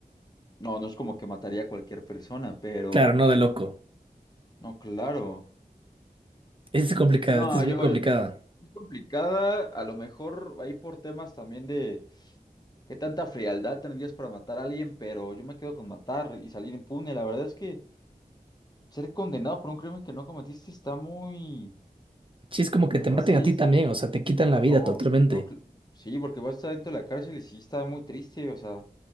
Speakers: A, on the left; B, on the right.
A: No, no es como que mataría a cualquier persona, pero
B: Claro, no de loco.
A: no, claro.
B: Esta es complicada,
A: No,
B: esta es bien
A: yo,
B: complicada.
A: yo- es complicada, a lo mejor ahí por temas también de qué tanta frialdad tendrías para matar a alguien, pero yo me quedo con matar y salir impune. La verdad es que ser condenado por un crimen que no cometiste está muy,
B: Sí, es como que
A: o
B: te
A: sea,
B: maten
A: sí,
B: a ti también, o sea, te quitan la vida
A: no,
B: totalmente.
A: no, cl- sí, porque vas a estar dentro de la cárcel y sí está muy triste, o sea,